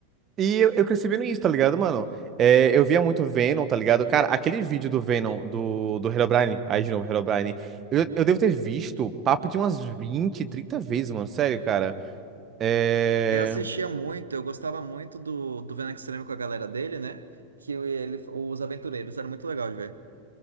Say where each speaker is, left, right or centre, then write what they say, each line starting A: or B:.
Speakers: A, on the right; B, on the right.
A: E eu, eu cresci vendo isso, tá ligado, mano? É, eu via muito Venom, tá ligado? Cara, aquele vídeo do Venom, do, do Herobrine, aí de novo, Herobrine, eu, eu devo ter visto papo de umas 20, 30 vezes, mano. Sério, cara. É.
B: Eu assistia muito, eu gostava muito do, do Venom Extremo com a galera dele, né? Que o- ele, os aventureiros, era muito legal de ver.